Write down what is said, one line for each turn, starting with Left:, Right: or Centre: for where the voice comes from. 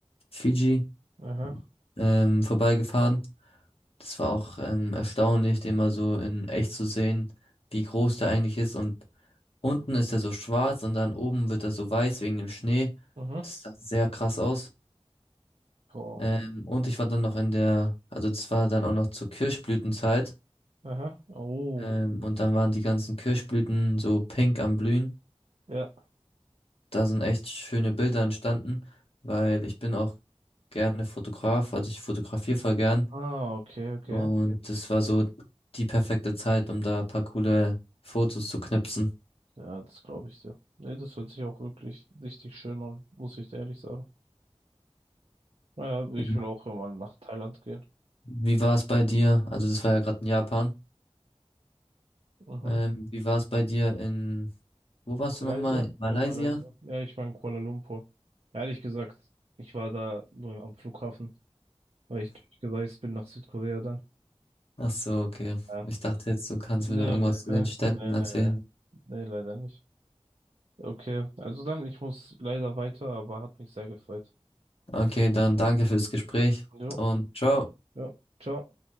Left: Fiji
Right: Aha,
Left: ähm, vorbeigefahren. Das war auch ähm, erstaunlich, den mal so in echt zu sehen, wie groß der eigentlich ist. Und unten ist er so schwarz und dann oben wird er so weiß wegen dem Schnee.
Right: mhm.
Left: Das sah sehr krass aus.
Right: Oh.
Left: Ähm, und ich war dann noch in der, also das war dann auch noch zur Kirschblütenzeit.
Right: Aha. Oh.
Left: Ähm, und dann waren die ganzen Kirschblüten so pink am Blühen.
Right: Ja.
Left: Da sind echt schöne Bilder entstanden, weil ich bin auch gerne Fotograf, also ich fotografiere voll gern.
Right: Ah, okay, okay.
Left: Und das war so die perfekte Zeit, um da ein paar coole Fotos zu knipsen.
Right: Ja, das glaube ich dir. Nee, das hört sich auch wirklich richtig schön an, muss ich dir ehrlich sagen. Naja, ich
Left: Ja.
Right: will auch mal nach Thailand gehen.
Left: Wie war es bei dir? Also das war ja gerade in Japan.
Right: Mhm.
Left: Ähm, wie war es bei dir in, wo warst
Right: Malaysia?
Left: du nochmal? In Malaysia?
Right: In Malaysia. Ja, ich war in Kuala Lumpur. Ehrlich gesagt, ich war da nur am Flughafen, weil ich durchgereist bin nach Südkorea dann.
Left: Ach so, okay.
Right: Ja.
Left: Ich dachte jetzt, du kannst
Right: Nee,
Left: mir da irgendwas
Right: nee,
Left: zu
Right: <laughs>
Left: den Städten
Right: nee,
Left: erzählen.
Right: nee, nee. Nee, leider nicht. Okay, also dann, ich muss leider weiter, aber hat mich sehr gefreut.
Left: Okay, dann danke fürs Gespräch
Right: Jo,
Left: und ciao.
Right: ja, ciao.